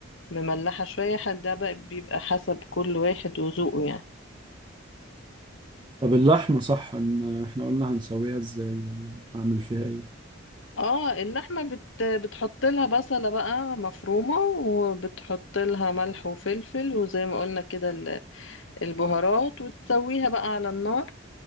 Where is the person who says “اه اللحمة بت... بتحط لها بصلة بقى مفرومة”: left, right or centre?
Left